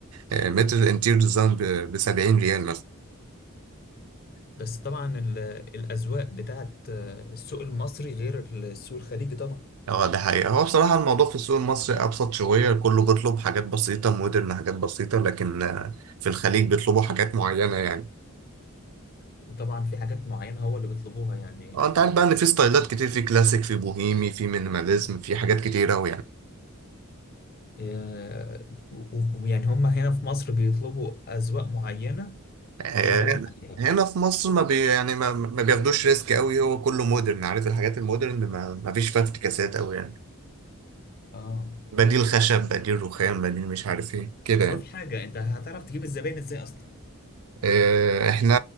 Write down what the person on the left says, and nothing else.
بس طبعا ال- الاذواق بتاعت آه، السوق المصري غير السوق الخليجي طبعا
وطبعا في حاجات معينه هو اللي بيطلبوها يعني
ال-
آه، و- ويعني هم هنا في مصر بيطلبوا اذواق معينه
وشغالين عليها
اه
بس
هو في حاجه انت هتعرف تجيب الزباين ازاي اصلا